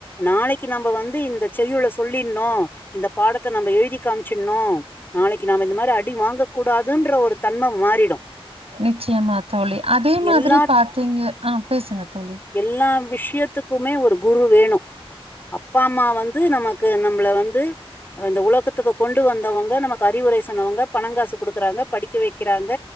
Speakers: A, on the left (about 20°); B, on the right (about 75°).
A: நாளைக்கு நம்ம வந்து இந்த செய்யுள சொல்லிணோ இந்த பாடத்த நம்ம எழுதி காமிச்சிணோ நாளைக்கு நாம இந்த மாரி அடி வாங்க கூடாதுன்ற ஒரு தன்ம மாறிடு
B: நிச்சயமா தோழி அதே மாதிரி
A: எல்லா
B: பாத்தீங்க ஆ பேசுங்க தோழி
A: எல்லா விஷயத்துக்குமே ஒரு குரு வேணு அப்பா அம்மா வந்து நமக்கு நம்மள வந்து இந்த உலகத் துக்கு கொண்டு வந்தவங்க நமக்கு அறிவுரை சொன்னவங்க பனங்காச குடுக்கறாங்க படிக்க வைக்கிறாங்க